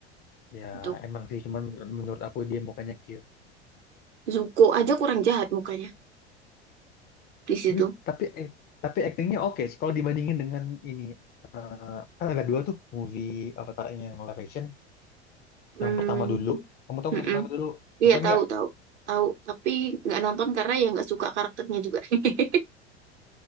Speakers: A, on the left; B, on the right.
A: ya
B: itu
A: emang sih cuman menurut aku dia mukanya cute
B: Zuko aja kurang jahat mukanya di situ
A: tapi tapi act- tapi aktingnya oke sih. kalau dibandingin dengan ini eh, kan ada dua tuh movie Avatar ini yang live action
B: hmm
A: yang pertama dulu kamu tahu kan
B: mm-mm.
A: yang pertama dulu nonton
B: iya tahu
A: nggak
B: tahu tahu tapi nggak nonton karena ya nggak suka karakternya juga <laughs>